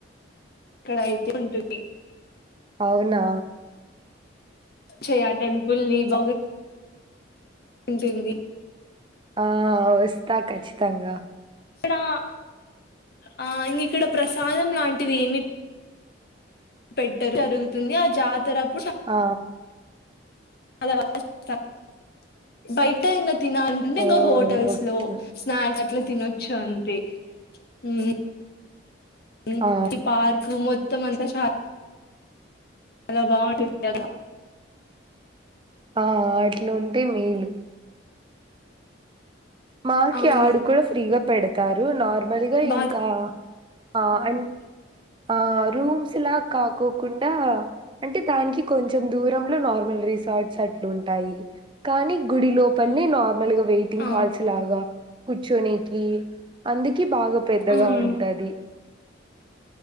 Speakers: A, on the left; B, on the right.
A: అక్కడ అయితే ఉంటుంది.
B: అవునా
A: చ్చే ఆ టెంపల్ని బ ఉంటుంది
B: ఆ వస్తా ఖచ్చితంగా.
A: ఇక్కడా, ఆ ఇంగ ఇక్కడ ప్రసాదం లాంటిది ఏమి పెట్టరు <inaudible> జరుగుతుంది ఆ జాతరప్పుడు.
B: ఆ
A: అ <inaudible> <inaudible> బయట ఇంగ తినాలంటే
B: ఓ
A: ఇంగ హోటల్స్
B: ఓకే
A: లో స్నాక్స్ అట్ల తినొచ్చు అంటే ఉమ్
B: ఆ
A: <inaudible> పార్క్ మొత్తం అంత చార్ చాలా బాగుంటుంది కదా
B: ఆ అట్లుంటే మేలు మాకి
A: అవును
B: ఆడు కూడా ఫ్రీగా పెడు తారూ. నార్మలి గా
A: బా
B: ఇంకా ఆ అం ఆ రూమ్స్ లా కాకోకుండా అంటే దానికి కొంచెం దూరంలో నార్మల్ రిసార్ట్స్ అట్లుంటాయి కానీ గుడిలోపు వెళ్లి నార్మల్గా వ వెయిటింగ్
A: ఆ
B: హల్ గా కుచ్చోనికి అందుకే బాగా పెద్దగా
A: ఉమ్
B: ఉంటది